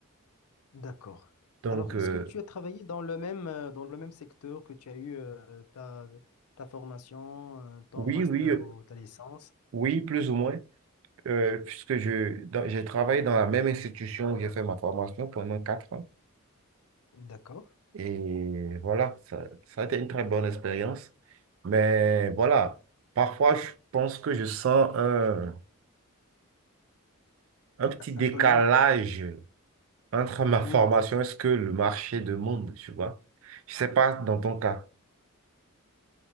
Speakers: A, on the left; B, on the right.
A: d'accord.
B: Donc,
A: Alors, est-ce
B: euh,
A: que tu as travaillé dans le même, euh, dans le même secteur que tu as eu euh, ta, ta formation, euh, ton
B: oui,
A: master
B: oui, euh,
A: ou ta licence?
B: oui, plus ou moins, euh, puisque je, dans- j'ai travaillé dans la même institution où j'ai fait ma formation pendant quatre ans.
A: D'accord.
B: Et voilà, ça, ça a été une très bonne expérience. Mais voilà, parfois, je pense que je sens un, un petit décalage
A: Un peu loin.
B: entre ma
A: Oui,
B: formation
A: et-
B: et ce que le marché demande, tu vois. Je sais pas dans ton cas.